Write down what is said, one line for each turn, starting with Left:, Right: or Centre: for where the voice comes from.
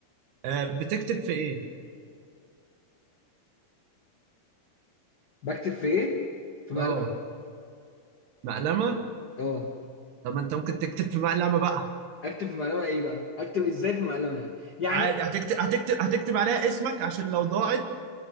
Right: آه بتكتب في إيه؟
Left: بكتب في ايه في مقلمه
Right: اه مقلمة
Left: اه
Right: طب ما انت ممكن تكتب في مقلمة بقى
Left: اكتب في مقلمه ايه بقى اكتب ازاي في مقلمه يعني يعني
Right: عادي
Left: إيه؟
Right: هتكتب هتكتب هتكتب عليها اسمك عشان لو ضاعت